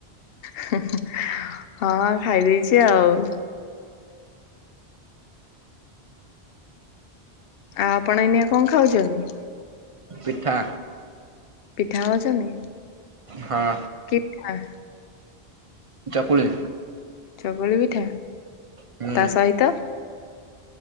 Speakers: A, on the left; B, on the right.
A: ହେଁ ହେଁ ହଁ ଖାଇ ଦେଇଛି ଆଉ। ଆଉ ଆପଣ ଏଇନିକା କଣ ଖାଉଛନ୍ତି?
B: ପିଠା।
A: ପିଠା ଖାଉଛନ୍ତି?
B: ହଁ।
A: କି ପିଠା?
B: ଚକୁଳି।
A: ଚକୁଳି ପିଠା
B: ହୁଁ
A: ତା ସହିତ?